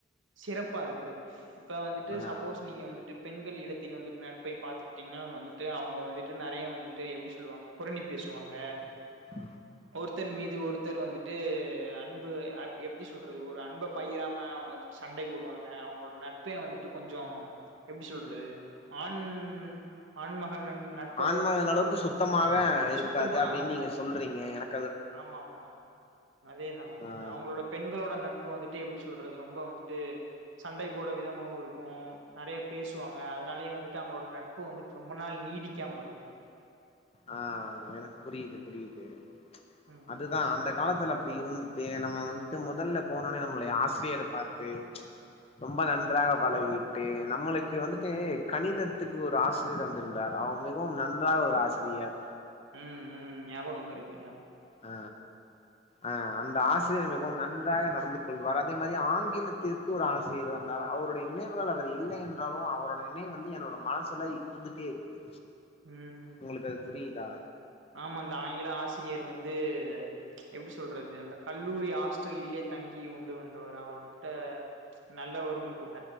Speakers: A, on the right; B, on the left.
A: சிறப்பா இருக்கறது இப்ப வந்துட்டு
B: ஆ
A: சப்போஸ் நீங்க வந்துட்டு பெண்கள் இடத்தில் வந்துட்டு நட்பை பாத்துகிட்டீங்னா வந்துட்டு அவுங்க வந்துட்டு நெறைய வந்துட்டு எப்டி சொல்லுவாங்க புறணி பேசுவாங்க
B: <inaudible>
A: ஒருத்தர் மீது ஒருத்தர் வந்துட்டு அன்பு அ எப் எப்டி சொல்றது ஒரு அன்ப பகிராம அவுங்க வந்துட்டு சண்டை போடுவாங்க அவுங்களோட நட்பே வந்துட்டு கொஞ்சோ எப்டி சொல்றது ஆண் ஆண் மகானன் நட்
B: ஆண் மகனளவுக்கு சுத்தமாவே இருக்காது
A: சுத்தமா
B: அப்டின்னு நீங்க சொல்றீங்க எனக்
A: ஆமா ஆமா அதேதா வந்த்ட்டு
B: ஆ
A: அவுங்களோடப் பெண்களோட நட்பு வந்துட்டு எப்டி சொல்றது ரொம்ப வந்துட்டு சண்டை போட விதமாவு இருக்கு நெறையப் பேசுவாங்க அதனாலயே வந்துட்டு அவுங்கோளட நட் ப்போ வந்துட் ரொம்ப நாள் நீடிக்காம இருக்கு
B: ஆ எனக் புரிது புரிது
A: ம்
B: அதுதா அந்தக் காலத்துல அப்டி இருந்துட்டு நம்ம வந்துட்டு மொதல்ல போனோனே நம்மளுய ஆசிரியரப் பாத்து ரொம்ப நன்றாக பலகிட்டு நம்மளுக் க்கு வந்துட்டு
A: ம் ம்
B: கணிதத்துக்கு ஒரு ஆசிரியர் வந்துருந்தார் அவ மிகவும் நன்றாக ஒரு ஆசிரியர்
A: ம் ம் நியாபகம் இருக்கு நியாப்
B: அ அ அந்த ஆசிரியர் மிகவும் நன்றாக நடந்துக் கொள்வார் அதே மாரி ஆங்கிலத்திற்கு ஒரு ஆசிரியர் வந் தார் அவுருடை நினைவுகள் அவர் இல்ல என்றாலு அவரோட நினைவு வந்து என்னோட மனசுல இருந்துட்டே இருக்கு
A: ம்
B: உங்குளுக்கு அது புரிதா
A: ஆமா இந்த ஆங்கில ஆசிரியர் வந்து எப்டி சொல்றது அந்த கல்லூரி ஹாஸ்டல்லிலே தங்கி வுண்டு வந்தவர் அவர் வந்துட்டே நல்லவரும் கூட